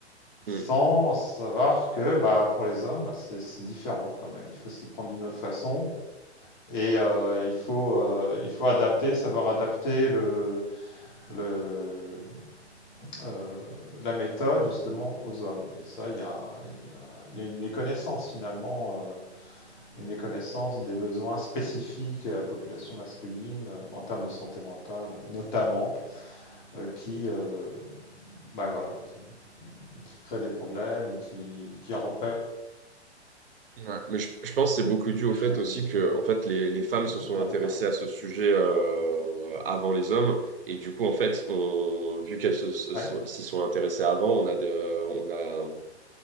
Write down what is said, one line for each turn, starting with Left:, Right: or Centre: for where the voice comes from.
Left: sans
Right: Mm.
Left: savoir que bah, pour les hommes, bah, c'est c'est différent quand même. Il faut s'y prendre d'une autre façon et euh, il faut, euh, il faut adapter, savoir adapter le, le, euh, la méthode justement aux hommes. Et ça, il y a, il y a- il y a une méconnaissance finalement, euh, une méconnaissance des besoins spécifiques à la population masculine euh, en termes de santé mentale, notamment, euh, qui, euh, bah, voilà, qui, qui crée des problèmes et qui, qui empêche
Right: Ouais. Mais je, je pense que c'est beaucoup dû au fait
Left: une résolution
Right: aussi que,
Left: euh,
Right: en fait, les, les femmes
Left: Euh,
Right: se
Left: de
Right: sont
Left: bien
Right: intéressées
Left: des
Right: à ce sujet, euh, avant les hommes. Et du coup, en fait, on, vu qu'elles se, se
Left: Ouais,
Right: sont- s'y sont intéressées avant, on a de, on a,